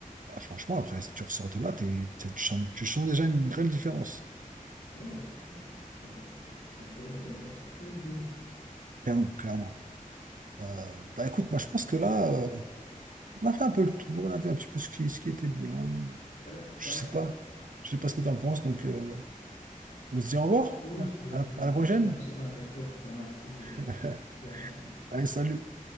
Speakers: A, on the right; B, on the left.
A: ah, franchement, après, si tu ressors de là, t'es- t'es- tu sens, tu sens déjà une grande différence.
B: oui, effectivement. C'est, euh, ça peut euh, être que bénéfique.
A: Clairement, clairement. Euh, bah écoute, moi je pense que là, euh, on a fait un peu le tour, on a fait un petit peu ce qui, ce qui
B: Très
A: était bien.
B: bien, je
A: Je
B: te remercie.
A: sais pas. Je sais pas ce que tu en penses, donc euh, on se dit au revoir.
B: Oui,
A: À
B: je, te- euh,
A: la à la prochaine.
B: je pense qu'on a fait le tour. Je te remercie et
A: <laughs>
B: euh, je te dis à la prochaine.
A: Allez, salut.